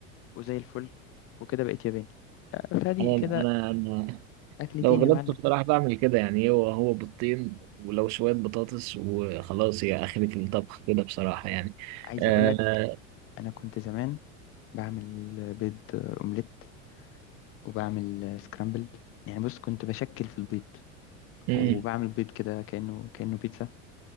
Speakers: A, on the left; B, on the right.
A: وزي الفل وكده بقيت ياباني آه، فادي
B: انا
A: كده
B: انا انا
A: اكلتين
B: لو غلبت
A: يا معلم
B: بصراحه بعمل كده يعني هو هو بيضتين ولو شويه بطاطس وخلاص هي اخرة الطبخ كده بصراحه يعني
A: عايز
B: آه
A: اقول لك انا كنت زمان بعمل بيض اومليت وبعمل سكرامبلد يعني بص كنت بشكل في البيض
B: امم
A: وبعمل بيض كده كانه كانه بيتزا